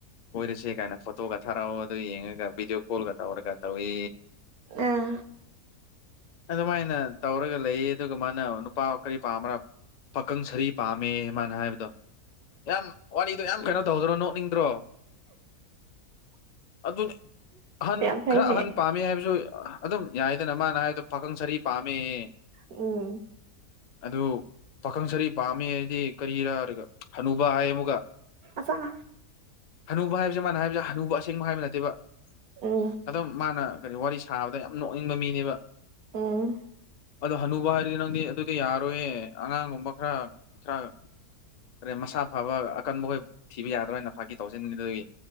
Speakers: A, on the left (about 80°); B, on the right (about 70°).
A: ꯀꯣꯏꯔꯁꯦ ꯀꯥꯏꯅ ꯐꯣꯇꯣꯒ ꯊꯥꯔꯛꯑꯣ ꯑꯗꯨ ꯌꯦꯡꯉꯒ ꯚꯤꯗꯤꯑꯣ ꯀꯣꯜꯒ ꯇꯧꯔꯒ ꯇꯧꯏ
B: ꯑꯥ
A: ꯑꯗꯨꯃꯥꯏꯅ ꯇꯧꯔꯒ ꯂꯩꯌꯦ ꯑꯗꯨꯒ ꯃꯥꯅ ꯅꯨꯄꯥ ꯀꯔꯤ ꯄꯥꯝꯕ꯭ꯔꯥ ꯄꯥꯀꯪ ꯁꯔꯤ ꯄꯥꯝꯃꯦ ꯃꯥꯅ ꯍꯥꯏꯕꯗꯣ ꯌꯥꯝ ꯋꯥꯔꯤꯗꯣ ꯌꯥꯝ ꯀꯩꯅꯣ ꯇꯧꯗ꯭ꯔꯣ ꯅꯣꯛꯅꯤꯡꯗ꯭ꯔꯣ ꯑꯗꯨ ꯑꯍꯟ
B: ꯌꯥꯝ ꯐꯩꯅꯦ
A: ꯈꯔ ꯑꯍꯟ ꯄꯥꯝꯃꯦ ꯍꯥꯏꯕꯁꯨ ꯑꯗꯨꯝ ꯌꯥꯏꯗꯅ ꯃꯥꯅ ꯍꯥꯏꯕꯗꯣ ꯄꯥꯈꯪ ꯁꯔꯤ ꯄꯥꯝꯃꯦ
B: ꯎꯝ
A: ꯑꯗꯨ ꯄꯥꯈꯪ ꯁꯔꯤ ꯄꯥꯝꯃꯦ ꯍꯥꯏꯗꯤ ꯀꯔꯤꯔꯥꯒ ꯍꯅꯨꯕ ꯍꯥꯏ ꯑꯃꯨꯒ
B: ꯑꯥ
A: ꯍꯅꯨꯕ ꯍꯥꯏꯕꯁꯤꯦ ꯃꯥꯅ ꯍꯥꯏꯁꯦ ꯍꯅꯨ ꯑꯁꯦꯡꯕ ꯍꯥꯏꯕ ꯅꯠꯇꯦꯕ
B: ꯎꯝ
A: ꯑꯗꯨꯝ ꯃꯥꯅ ꯀꯔꯤ ꯋꯥꯔꯤ ꯁꯥꯕꯗ ꯌꯥꯝ ꯅꯣꯛꯅꯤꯡꯕ ꯃꯤꯅꯦꯕ
B: ꯎꯝ
A: ꯑꯗꯣ ꯍꯅꯨꯕ ꯍꯥꯏꯔꯗꯤ ꯅꯪꯗꯤ ꯑꯗꯨꯗꯤ ꯌꯥꯔꯣꯏꯌꯦ ꯑꯉꯥꯡꯒꯨꯝꯕ ꯈꯔ ꯈꯔ ꯀꯔꯤ ꯃꯁꯥ ꯐꯕ ꯑꯀꯟꯕꯈꯣꯏ ꯊꯤꯕ ꯌꯥꯗ꯭ꯔꯣꯏꯅ ꯐꯥꯀꯤ ꯇꯧꯁꯤꯟ ꯑꯗꯨꯒꯤ